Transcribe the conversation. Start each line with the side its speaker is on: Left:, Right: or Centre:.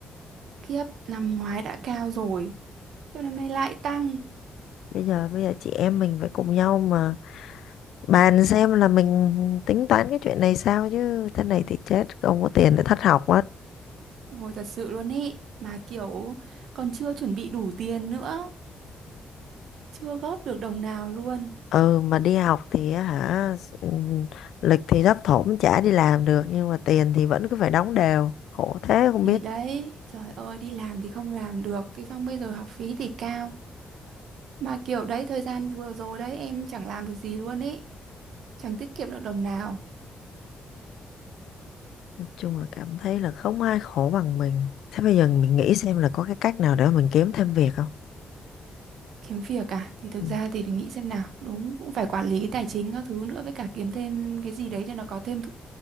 Right: Khiếp, năm ngoái đã cao rồi. Khiếp năm nay lại tăng.
Left: Bây giờ bây giờ chị em mình phải cùng nhau mà bàn xem là mình tính toán cái chuyện này sao chứ thế này thì chết, không có tiền để thất học mất.
Right: Ôi thật sự luôn ý. Mà kiểu còn chưa chuẩn bị đủ tiền nữa. Chưa góp được đồng nào luôn.
Left: Ừ mà đi học thì á hả ừ, lịch thì thấp thỏm chả đi làm được nhưng mà tiền thì vẫn cứ phải đóng đều. Khổ thế không
Right: Thì
Left: biết
Right: đấy, trời ơi, đi làm thì không làm được. Thế xong bây giờ học phí thì cao. Mà kiểu đấy, thời gian vừa rồi đấy, em chẳng làm được gì luôn ý. Chẳng tiết kiệm được đồng nào.
Left: chung là cảm thấy là không ai khổ bằng mình thế bây giờ mình nghĩ xem là có cái cách nào để mà mình kiếm thêm việc không
Right: kiếm việc à thì thực
Left: Ừ.
Right: ra thì phải nghĩ xem nào đúng cũng phải quản lý cái tài chính các thứ nữa với cả kiếm thêm cái gì đấy cho nó có thêm thu,